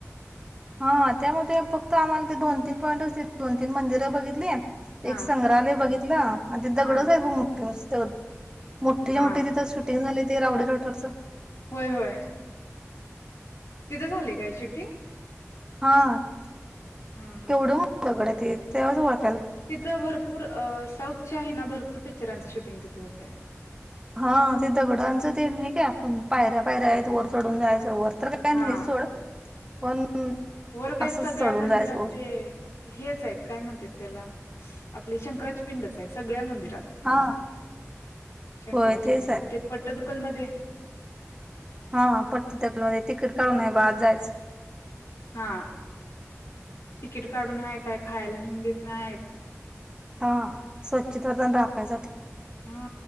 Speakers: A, on the right; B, on the left.
A: हां. त्यामध्ये फक्त आम्हाला ते दोन तीन पॉईंट च, दोन तीन मंदिर बघितली.
B: हा
A: एक संग्रहालय बघितल <unintelligible> आणि ते दगडाचा
B: हा
A: नुसतं. मोठे च्या
B: हा
A: मोठे, तथं शूटिंग झाले ते रावडीराठ थोडसं
B: होय होय. तिथं झालंय काय शूटिंग?
A: हां. केवढं
B: हा
A: मोठे
B: हा
A: दगड हाय. <unintelligible>
B: तिथं भरपूर अ साऊथ च्या आहे ना भरपूर पिक्चराच शूट टिंग तिथं होतं.
A: हा ते दगडांच ते नाही का आपण पायऱ्या- पायऱ्या आहेत, वर चढून जायचं. वर तर काय
B: हा
A: नाही सोड पण
B: वर काय
A: असंच
B: सगळ्या
A: चढून
B: मंदिरात
A: जायचं वर
B: ते हेच आहेत, काय म्हणत त्याला? आपली शंकराची पिंडच आहे. सगळ्या मंदिरत रात.
A: हा
B: शंकराची
A: होय तेच
B: पिंड
A: आहे.
B: ये. ते पट अक्कलमध्ये
A: हा <unintelligible> तिकीट काढून
B: ह
A: नाही बा आत जायचं.
B: हा, तिकीट काढून हाय. काय खायला नेऊन देत नाहीत.
A: हा स्वच्छता तन राखायसाठी.
B: हा